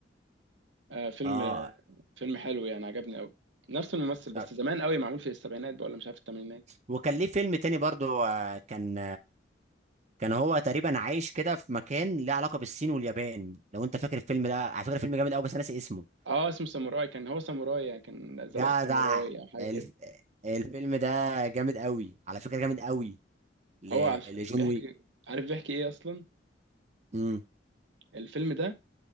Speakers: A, on the right (about 80°); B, on the right (about 40°).
A: آه فيلم
B: اه
A: فيلم حلو يعني عجبني قوي نفس الممثل بس
B: طب
A: زمان قوي معمول في السبعينات بقى ولا مش عارف الثمانينات
B: وكان ليه فيلم تاني برضو آه، كان كان هو تقريبا عايش كده في مكان ليه علاقه بالصين واليابان لو انت فاكر الفيلم ده على فكره فيلم جامد قوي بس انا ناسي اسمه
A: اه اسمه ساموراي كان هو ساموراي يعني كان ذا
B: جدع
A: لاست ساموراي او حاجه
B: الف...
A: كده
B: الفيلم ده جامد قوي على فكره جامد قوي ل...
A: هو عارف-
B: لجون
A: بيحكي
B: ويك
A: عارف بيحكي ايه اصلا
B: امم
A: الفيلم ده